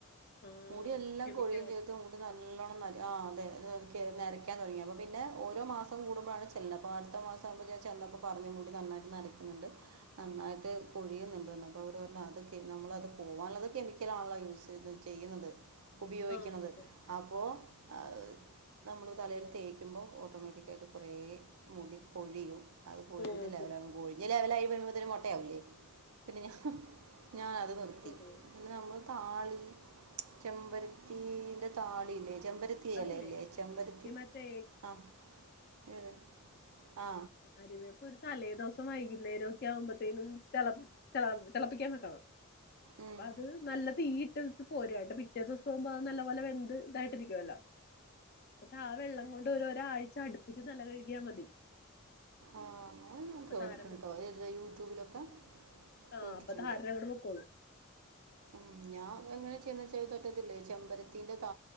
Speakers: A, on the left; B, on the right.
A: ആഹ്
B: മുടി എല്ലാം
A: കെമിക്കലായിട്ട്
B: കൊഴിയും ചെയ്തു മുടി നല്ലോണം നല്ല- ആഹഹ് അതെ നരയ്ക്കാൻ തൊടങ്ങി അപ്പ പിന്നെ ഓരോ മാസം കൂടുമ്പോഴാണ്- ചെന്നപ്പോൾ അടുത്ത മാസം ആകുമ്പോ ഞാൻ ചെന്നപ്പോൾ പറഞ്ഞ് മുടി നന്നായിട്ട് നരക്കുന്നുണ്ട് നന്നായിട്ട് കൊഴിയുന്നുണ്ട് പ്പ അവോ അത് നമ്മളത് പോവാനുള്ളത് കെമിക്കലാണല്ലോ യൂസ് ചെയ്യുന്നത് ഉപയോഗിക്കണത്
A: ആഹ്
B: അപ്പോ അ - നമ്മള് തലയില് തേക്കുമ്പോൾ ഓട്ടോമാറ്റിക്ക്‌ ആയിട്ട് കുറേ മുടി പൊഴിയും അത് കോഴിഞ്ഞിട്ട്
A: പോകും
B: ലെവൽ അങ്ങ് കൊഴിഞ്ഞ് പൊഴിഞ്ഞ് ലെവല് ആവുമ്പോഴുതേന് അത് മൊട്ട ആവൂലെ പിന്നെ ഞാൻ - ഞാനത് നിർത്തി
A: ഉം
B: പിന്നെ നമ്മള് - താളി ചെമ്പരത്തിന്റെ താളില്ലേ ചെമ്പരത്തി
A: അതില്ലേ
B: എല ഇല്ലേ ചെമ്പരത്തി
A: ഈ മറ്റേ
B: ആ ഏത് ആ
A: അരി വെയ്പ്പ് ഒരു തലേ ദിവസം വസം വൈകുന്നേരം ഒക്കെ ആവുമ്പോത്തേനും തെള തെളപ്പിക്കാൻ വെക്കണം
B: ഉം,
A: അപ്പൊ അത് നല്ല തീയ് ഇ - ട്ടു പോരുക കേട്ടോ പിറ്റേ ദെവസം ആകുമ്പോ അത് നല്ല പോലെ വെന്ത് ഇതായിട്ടിരിക്കുവല്ലോ എന്നിട്ട് ആ വെള്ളം കൊണ്ട് ഒരു രു ആഴ്ച അടുപ്പിച്ച് തല കഴുകിയാ മതി
B: ആഹ് ആത് ഞാൻ
A: അപ്പൊ
B: കേട്ടിട്ടുണ്ടോ
A: താരൻ പൊക്കോളും
B: ഏത് യൂട്യൂബിലൊക്കെ
A: ആഹ്
B: കേട്ടിട്ടുണ്ട്
A: അപ്പൊ താരൻ അങ്ങട് പൊക്കോളും
B: ഉം ഞാൻ അങ്ങനെ- ച്ച തെ <unintelligible> റ്റത്തില്ല ചെമ്പരത്തിന്റെ ത